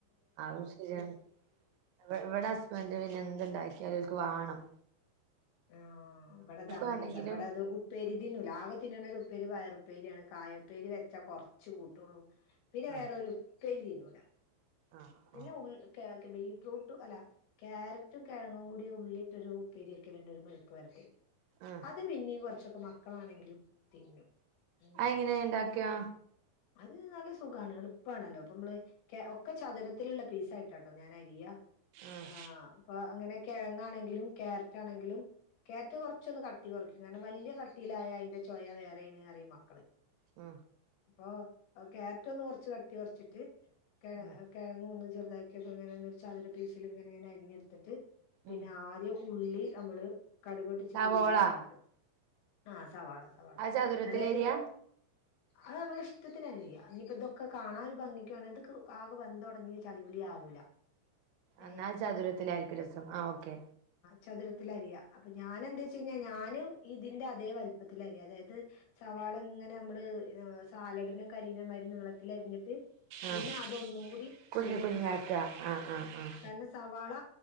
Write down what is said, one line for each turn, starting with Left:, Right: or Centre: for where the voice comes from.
Right: അതും ശരിയാണ് ഇ ഇവിടെ ഹസ്ബൻഡ് പിന്നെ എന്തുണ്ടാക്കിയാലും ക്ക് വേണം
Left: ആ ഇവിടത് അങ്ങനെയല്ല
Right: വേണ്ടെങ്കിലും
Left: ഇവിടെ അത് ഉപ്പേരി തിന്നുല ആകെ തിന്നണ ഒരു ഉപ്പേരി പയറു പ് ഉപ്പേരിയാണ് കായപ്പേരി വെച്ചാ കൊറച്ച കൂട്ടുള്ളൂ പിന്നെ
Right: ആഹ്
Left: വേറരു ഉപ്പേരി തിന്നൂല
Right: ആഹ്
Left: പിന്നെ
Right: ആഹ്
Left: ഉൾക്കാക്കെ ബി യും ഫ്രൂട്ടും അല്ല ക്യാരറ്റും കിഴങ്ങും കൂടി ഉള്ളിട്ടൊരു ഉപ്പേരിയൊക്കെല്ലണ്ട് ഒരു മെഴുക്ക്‌ വരട്ടി.
Right: ആഹ്
Left: അത് പിന്നെയും കുറച്ചൊക്കെ മക്കളാണെങ്കിലും തിന്നും. ഉം
Right: അയ് എങ്ങനെ ഇണ്ടാക്കിയാ
Left: അത് നല്ല സുഖാണ് എളുപ്പാണല്ലോ അപ്പൊ നമ്മള് ക്യ ഒക്കെ ചതുരത് ത്തിലുള്ള പീസായിട്ടാ കേട്ടോ ഞാൻ അരിയ
Right: ആഹ്
Left: ആ അപ്പ അങ്ങനെ കിഴങ്ങാണെങ്കിലും ക്യാരറ്റാണെങ്കിലും ക്യാരറ്റ് കുറച്ചൊന്ന് കട്ടി കുറയ്ക്കും കാരണം വലിയ കട്ടിയിലായ അയിന്റെ ചോയ വേറെയാണ് ന്നറിയും മക്കള്
Right: ആ
Left: ഓ ആ ക്യാരറ്റ് ഒന്ന് കുറച്ച് കട്ടി കൊർച്ചിട്ട്
Right: ആഹ്
Left: കെ കിഴങ്ങും ഒന്ന് ചെറുതാക്കിയൊക്കെ ഇങ്ങനെ ചതുര പീസില് ഇങ്ങനങ്ങനെ അരിഞ്ഞെടുത്തിട്ട് പിന്നെ
Right: ഉം
Left: ആദ്യം ഉള്ളി നമ്മള് കടുക് പൊട്ടിച്ചിട്ട്
Right: സവോള
Left: ഉള്ളി വാട്ടും ആ സവാള സവാള
Right: അത് ചതുരത്തിലരിയാ
Left: അതായത് അത് നമ്മടെ ഇഷ്ടത്തിന്നരിയാം ഇനി ഇതൊപ്പൊക്കെ കാണാനൊരു ഭംഗിക്കാണ ഇത് ആകെ വെന്ത് തൊടങ്ങി ചളിപൊളിയ ആവൂല
Right: എന്നാല്
Left: ഏ
Right: ചതുരത്തില ആരിക്കു രസം ആഹ് ഓക്കെ
Left: ചതുരത്തില് അരിയാ അപ്പൊ ഞാനെന്താച്ചന്നാ ഞാനും ഇതിന്റെ അതേ വലിപ്പത്തിലരിയ അതായത് സവാള ഇങ്ങനെ നമ്മള് സാലഡ് പിന്നെ കരിമ നീളത്തിൽ അരിഞ്ഞിട്ട് പിന്നെ
Right: ആഹ്
Left: അതൊന്നും കൂടി
Right: കുഞ്ഞ്
Left: ചെറു ചെറുതാക്കും
Right: കുഞ്ഞാക്ക ആഹ് ആഹ്
Left: ആ
Right: ആഹ് ഉം
Left: കാരണം സവാള